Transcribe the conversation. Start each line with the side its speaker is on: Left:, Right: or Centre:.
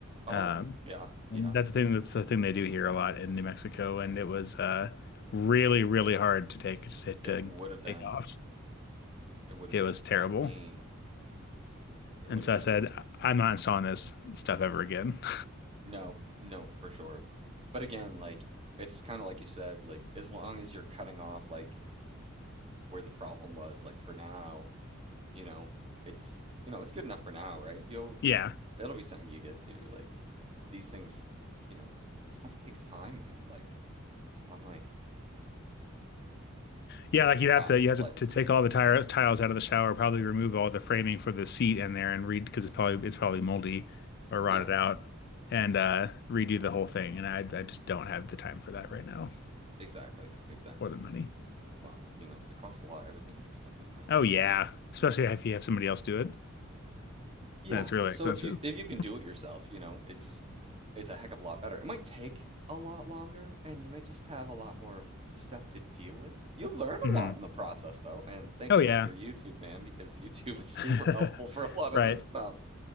Right: Oh.
Left: Um,
Right: Yeah. Yeah.
Left: and that's the thing that's the thing they do here a lot in New Mexico, and it was uh, really, really hard to take to, to
Right: It would have been
Left: take off.
Right: It would have
Left: It
Right: been
Left: was
Right: a
Left: terrible.
Right: pain. It
Left: And
Right: would have
Left: so
Right: been
Left: I said,
Right: a
Left: "I- am not installing this stuff ever again. <laughs>
Right: no, no, for sure. But again, like it's kind of like you said, like as long as you're cutting off like where the problem was, like for now, you know, it's you know, it's good enough for now, right? You'll
Left: Yeah.
Right: it'll be something you get to. Like these things, you know, s- this stuff takes time, man. Like I'm like,
Left: Yeah, like you'd
Right: wow,
Left: have to you have
Right: like
Left: to, to take all the tire tiles out of the shower, probably remove all the framing for the seat in there and read because it's probably it's probably moldy or rotted
Right: yeah,
Left: out and uh redo the whole thing. And I I just don't have the time for that right now
Right: exactly, exactly.
Left: or the money.
Right: Well, you know, it costs a lot. Everything's expensive now
Left: Oh
Right: too,
Left: yeah,
Right: but yeah,
Left: especially if
Right: it,
Left: you have somebody else do it.
Right: Yeah,
Left: That's really
Right: so
Left: expensive.
Right: if you if
Left: <laughs>
Right: you can do it yourself, you know, it's it's a heck of a lot better. It might take a lot longer, and you might just have a lot more stuff to deal with. you learn
Left: Mhm.
Right: a lot in the process, though, and thank
Left: Oh
Right: goodness
Left: yeah.
Right: for YouTube, man, because <laughs> YouTube is super
Left: <laughs>
Right: helpful for a lot
Left: Right.
Right: of this stuff.